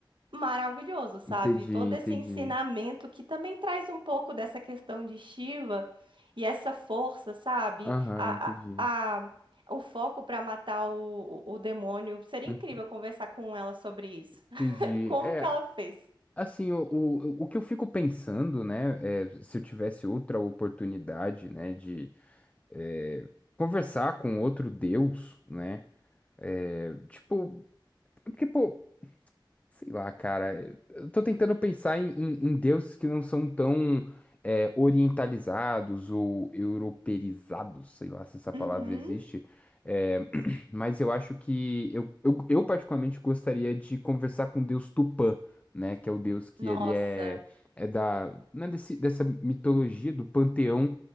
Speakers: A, on the right; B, on the left.
A: maravilhoso, sabe?
B: Entendi,
A: Todo
B: entendi.
A: esse ensinamento que também traz um pouco dessa questão de Shiva e essa força, sabe?
B: Aham,
A: A,
B: entendi.
A: a, a- o foco para matar o, o o demônio. Seria
B: Hum,
A: incrível conversar com ela sobre isso. <laughs>
B: Entendi.
A: Como
B: É,
A: que ela fez?
B: Assim, o, o, o que eu fico pensando, né, é, se eu tivesse outra oportunidade, né, de é, conversar com outro Deus, né, é, tipo, porque, pô, Sei lá, cara. Eu tô tentando pensar em, em- em deuses que não são tão é, orientalizados ou europeizados, sei lá se essa palavra
A: Uhum,
B: existe. É, <clears throat> mas eu acho que eu, eu, eu particularmente gostaria de conversar com o deus Tupã, né? Que é o deus que
A: Nossa.
B: ele é, é da, né, desse, dessa mitologia, do panteão